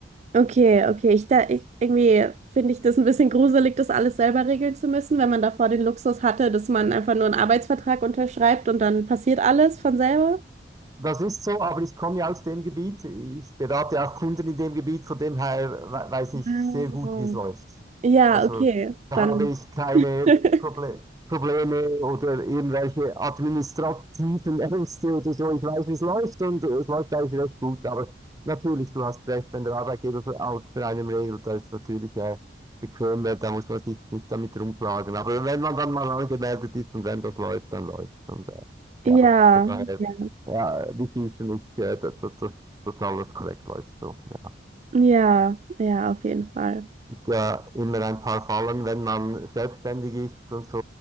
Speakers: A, on the right (about 40°); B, on the right (about 20°).
A: Okay, okay. Ich, da, ich, irgendwie finde ich das ein bisschen gruselig, das alles selber regeln zu müssen, wenn man davor den Luxus hatte, dass man einfach nur einen Arbeitsvertrag unterschreibt und dann passiert alles von selber.
B: Das ist so, aber ich komme ja aus dem Gebiet. Ich berate auch Kunden in dem Gebiet, von dem her we- weiß ich
A: Ah.
B: sehr gut, wie es läuft.
A: Ja,
B: Also
A: okay.
B: da
A: Dann.
B: habe ich keine
A: <laughs>
B: Proble Probleme oder irgendwelche administrativen Ängste oder so. Ich weiß, wie es läuft und es läuft eigentlich recht gut. Aber natürlich, du hast recht, wenn der Arbeitgeber für, auch für einen regelt, da ist natürlich äh, bequemer, da muss man sich nicht damit rumplagen. Aber wenn man dann mal angemeldet ist und wenn das läuft, dann läuft. Und äh,
A: Ja,
B: ja, von daher.
A: ja,
B: Ja, wichtig ist für mich, äh, dass, dass, dass dass alles korrekt läuft. So. Ja. Es
A: ja, ja, auf jeden Fall.
B: gibt ja immer ein paar Fallen, wenn man selbstständig ist und so,